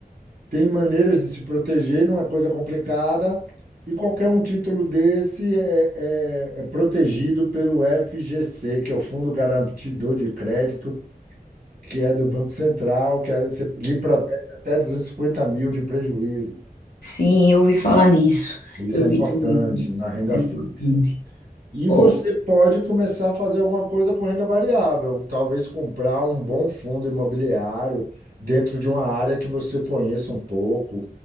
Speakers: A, on the right; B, on the left.
A: tem maneiras de se proteger, não é coisa complicada, e qualquer um título desse é, é é protegido pelo FGC, que é o Fundo Garantidor de Crédito, que é do Banco Central, que aí você lhe protege até 250 mil de prejuízo.
B: Sim, eu ouvi falar nisso.
A: Isso
B: Eu
A: é importante
B: vi também.
A: na renda
B: É importante.
A: fixa. E
B: oh
A: você pode começar a fazer alguma coisa com renda variável, talvez comprar um bom fundo imobiliário dentro de uma área que você conheça um pouco,